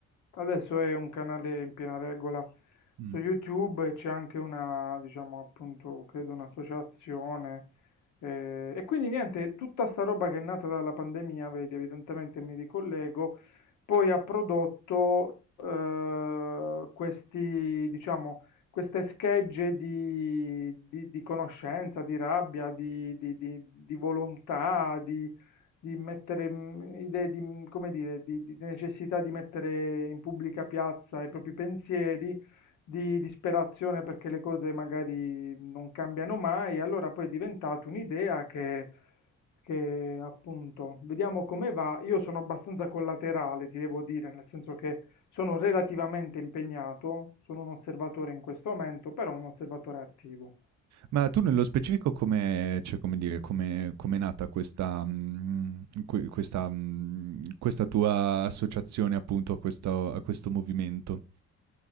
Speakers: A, on the left (about 75°); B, on the right (about 65°).
A: Adesso è un canale in piena regola
B: Mm.
A: su YouTube e c'è anche una, diciamo, appunto, credo un'associazione. eh, e quindi niente, tutta sta roba che è nata dalla pandemia, vedi, evidentemente mi ricollego, poi ha prodotto eh, questi, diciamo, queste schegge di, di- di conoscenza, di rabbia, di, di- di- di volontà, di di mettere mm, idee di, mm, come dire, di, di necessità di mettere in pubblica piazza i propri pensieri, di disperazione perché le cose magari non cambiano mai, allora poi è diventata un'idea che, che appunto vediamo come va. Io sono abbastanza collaterale, ti devo dire, nel senso che sono relativamente impegnato, sono un osservatore in questo momento, però un osservatore attivo.
B: Ma tu nello specifico come, cioè, come dire, come, come è nata questa, mm, que- questa, mm, questa tua associazione appunto a questo, a questo movimento?